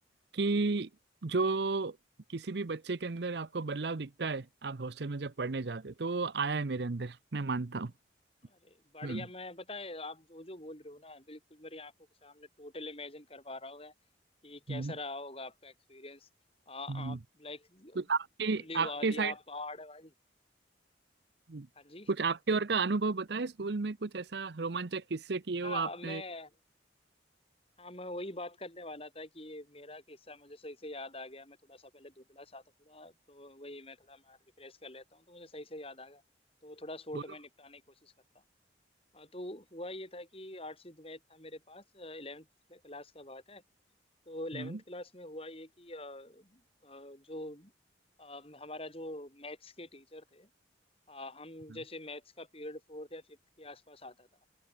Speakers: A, on the right; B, on the left.
A: कि जो किसी भी बच्चे के अंदर आपको बदलाव दिखता है आप हॉस्टल में जब पढ़ने जाते हो, तो वो आया है मेरे अंदर मैं मानता हूँ
B: अरे बढ़िया
A: हम्म
B: मैं बताए आप जो जो बोल रहे हो ना बिल्कुल मेरी आंखों के सामने टोटल इमेजिन कर पा रहा हूँ मैं कि कैसा
A: हम्म,
B: रहा होगा आपका एक्सपीरियंस आप
A: हम्म।
B: लाइक
A: तो आपके
B: खुली वादियाँ
A: आपके साइड
B: पहाड़ वाली
A: हम्म,
B: हाँ जी
A: कुछ आपके और का अनुभव बताए स्कूल में कुछ ऐसा रोमांचक किस्से किए हो
B: हाँ
A: आपने
B: मैं हाँ मैं वही बात करने वाला था कि ये मेरा किस्सा मुझे सही से याद आ गया मैं थोड़ा सा पहले धुंधला सा था थोड़ा तो वही मैं थोड़ा मार रिफ्रेश कर लेता हूँ तो मुझे सही से याद आ गया तो थोड़ा शॉर्ट
A: बोलो
B: में निपटाने की कोशिश करता हूँ हाँ, तो हुआ ये था कि आर्ट्स विद मैथ था मेरे पास इलेवेंथ क्लास का बात है तो इलेवेंथ
A: हम्म
B: क्लास में हुआ ये कि अ, अ, जो अ, हमारा जो मैथ्स के टीचर थे अ, हम
A: हम्म।
B: जैसे मैथ्स का पीरियड फोर्थ या फिफ्थ के आसपास आता था